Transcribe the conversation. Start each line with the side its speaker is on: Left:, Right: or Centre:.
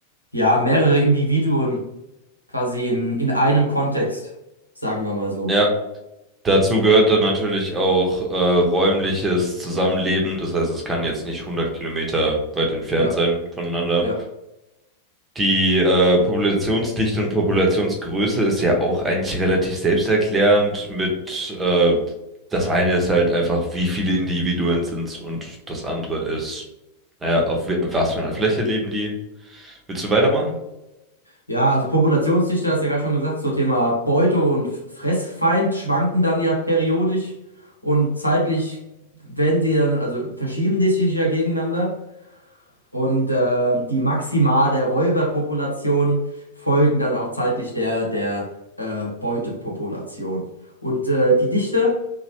Left: ja, mehrere Individuen quasi in, in einem Kontext, sagen wir mal so.
Right: Ja, Dazu gehört dann natürlich auch äh, räumliches Zusammenleben. Das heißt, es kann jetzt nicht 100 Kilometer weit entfernt
Left: Ja,
Right: sein voneinander.
Left: ja.
Right: Die äh, Populationsdichte und Populationsgröße ist ja auch eigentlich relativ selbsterklärend mit, äh, das eine ist halt einfach, wie viele Individuen sind's und das andere ist, naja, auf we- was für einer Fläche leben die. Willst du weitermachen?
Left: Ja, also Populationsdichte hast du ja gerade schon gesagt, so Thema Beute und Fressfeind schwanken dann ja periodisch und zeitlich werden sie dann, also verschieben die sich ja gegeneinander. und äh, die Maxima der Räuberpopulation folgen dann auch zeitlich der, der äh, Beutepopulation. Und äh, die Dichte